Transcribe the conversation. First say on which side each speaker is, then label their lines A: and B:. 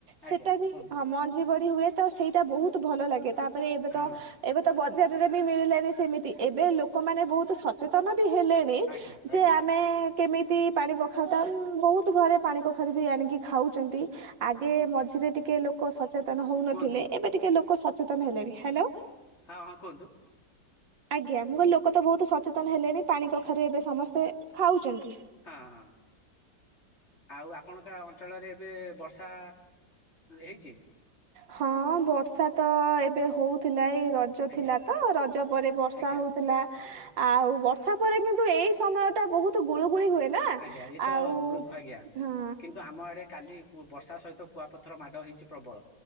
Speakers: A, on the right (about 80°); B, on the left (about 35°).
A: ସେଟା
B: ଆଜ୍ଞା
A: ବି।
B: କୁହନ୍ତୁ
A: ହଁ ମଞ୍ଜି ବଡି ହୁଏ। ତ ସେଇଟା ବହୁତୁ ଭଲ ଲାଗେ, ତାପରେ ଏବେ ତ
B: ହଁ
A: ଏବେ ତ ବଜାରରେ ମିଳିଲାଣି ସେମିତି, ଏବେ ଲୋକମାନେ ବହୁତୁ ସଚେତନ ବି ହେଲେଣି
B: ଆଜ୍ଞା ଆଜ୍ଞା
A: ଯେ ଆମେ କେମିତି ପାଣି କଖାରୁଟା, ବହୁତୁ ଘରେ ପାଣି କଖାରୁ ବି ଆଣିକି ଖାଉଚନ୍ତି, ଆଗେ ମଝିରେ ଟିକେ ଲୋକ ସଚେତନ ହଉନଥିଲେ
B: କୁହନ୍ତୁ
A: ଏବେ ଟିକେ ଲୋକ ସଚେତନ ହେଲେଣିି। ହ୍ୟାଲୋ।
B: ହଁ ହଁ କୁହନ୍ତୁ।
A: ହ <inaudible> ଆଜ୍ଞା, ମୁଁ କହିଲି ଲୋକ ତ ବହୁତୁ ସଚେତନ ହେଲେଣି ପାଣି କଖାରୁ ଏବେ ସମସ୍ତେ ଖାଉଚନ୍ତି।
B: ହଁ ହଁ। ଆଉ ଆପଣଙ୍କ ଅଞ୍ଚଳରେ ଏବେ ବର୍ଷା ହେଇଚି?
A: ହଁ ବର୍ଷା ତ ଏବେ ହଉଥିଲା ଏଇ ରଜ ରଜ
B: ଆଜ୍ଞା
A: ଥିଲା ତ ରଜ ପରେ ବର୍ଷା
B: ଆଜ୍ଞା
A: ହଉଥିଲା। ଆଉ ବର୍ଷା ପରେ କିନ୍ତୁ ଏଇ ସମୟ ଟା ବହୁତୁ ଗୁଳୁଗୁଳି ହୁଏ। ନା।
B: ଆଜ୍ଞା ଇଏ ତ
A: ଆଉ
B: ଗୁଳୁ ଆଜ୍ଞା
A: ହଁ
B: କିନ୍ତୁ ଆମ ଆଡେ କାଲି ବର୍ଷା ସହିତ କୁଆପଥର ମାଡ଼ ହେଇଚି ପ୍ରବଳ।